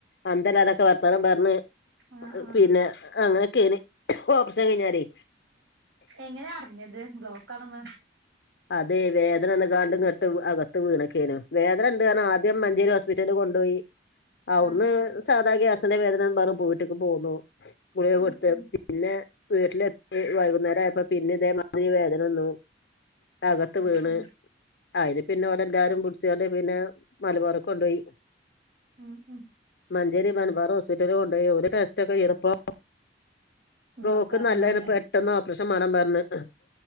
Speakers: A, on the left; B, on the right.
A: അന്തല്ല അതൊക്കെ വർത്താനം പറഞ്ഞ്
B: ആഹ് ആഹ്
A: പിന്നെ അങ്ങനെയൊക്കെന് ഓപ്പ്ഷൻ കഴിഞ്ഞാലേ
B: എങ്ങനയാ അറിഞ്ഞത് ബ്ലോക്കാണന്ന്
A: അതെ വേദന ഒന്ന കാണ്ടും അകത്ത് വീണക്കേനും വേദന ഉണ്ട് കാരണം ആദ്യം മഞ്ചേരി ഹോസ്പിറ്റലിൽ കൊണ്ടുപോയി അവിട്ന്ന്
B: ആഹ് ആഹ്
A: സാദാഗ്യാസിന്റെ വേദന ആന്നും പറഞ്ഞ് വീട്ടിക്ക് പോകുന്നു ഗുളിക
B: ഉം
A: കൊടുത്ത്
B: ഉം
A: പിന്നെ വീട്ടിലെത്തി വൈകുന്നേരം ആയപ്പോ പിന്നെ ഇതേമാതിരി വേദനവന്നു അകത്ത്
B: ഉം
A: വീണ്
B: ഉം
A: അതിന് പിന്നെ ഓരെല്ലാരും പിടിച്ചുകൊണ്ട് പിന്നെ മലബാറ്ക്ക് കൊണ്ടുപോയി
B: ഉം ഉം
A: മഞ്ചേരി മൻബാർ ഹോസ്പിറ്റലി കൊണ്ട് പോയി ഒരു ടെസ്റ്റ് ഒക്കെചെയ്തെപ്പോ
B: ബ്ലോക്കാർന്നുണ്ടാവുല്ലേ
A: ബ്ലോക്കൊന്നല്ല ഇത് പെട്ടെന്ന് ഓപ്രേഷൻ വേണം പറഞ്ഞ്